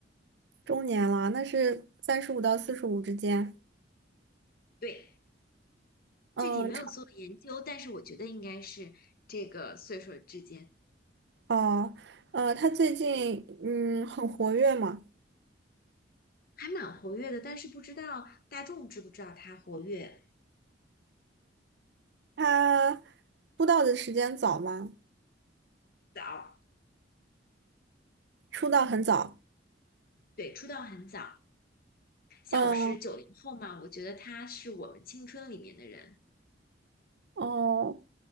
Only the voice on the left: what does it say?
对。
具体没有做研究，
但是我觉得应该是这个岁数之间
还蛮活跃的，但是不知道大众知不知道他活跃
早，
对，出道很早。像我是九零后嘛，
我觉得他是我们青春里面的人，